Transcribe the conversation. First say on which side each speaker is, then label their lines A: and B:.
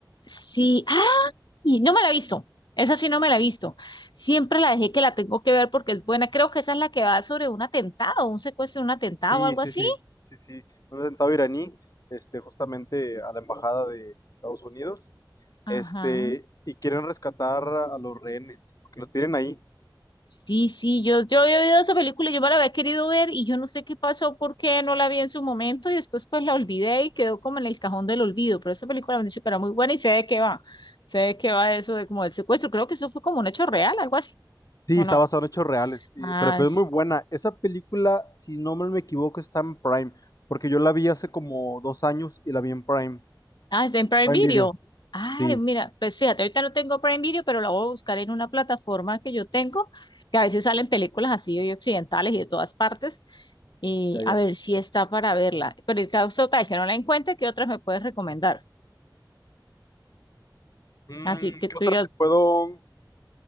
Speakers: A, on the left; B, on the left.
A: sí. ¡Ay! No me la he visto, esa sí no me la he visto. Siempre la dejé que la tengo que ver porque es buena. Creo que esa es la que va sobre un atentado, un secuestro, un atentado
B: Sí,
A: o algo
B: sí,
A: así.
B: sí, sí, sí. Un atentado iraní, este, justamente a la embajada de Estados Unidos,
A: Ajá.
B: este, y quieren rescatar a, a los rehenes, que los tienen ahí.
A: Sí, sí, yo, yo había oído esa película, yo me la había querido ver y yo no sé qué pasó, por qué no la vi en su momento y después pues la olvidé y quedó como en el cajón del olvido, pero esa película me han dicho que era muy buena y sé de qué va, sé de qué va eso de como del secuestro, creo que eso fue como un hecho real, algo así,
B: Sí,
A: ¿o
B: está
A: no?
B: basado en hechos reales, y-
A: Ah,
B: pero, pero es muy buena. Esa película, si no me equivoco, está en Prime, porque yo la vi hace como dos años y la vi en Prime,
A: Ah, está en Prime
B: Prime
A: Video.
B: Video.
A: Ay,
B: Sí,
A: mira, pues fíjate, ahorita no tengo Prime Video, pero la voy a buscar en una plataforma que yo tengo, que a veces salen películas así y occidentales y de todas partes, y
B: ya, ya.
A: a ver si está para verla. Pero en caso tal que no la encuentre, ¿qué otras me puedes recomendar?
B: Mm,
A: Así que
B: ¿qué
A: tú
B: otra
A: digas,
B: te puedo?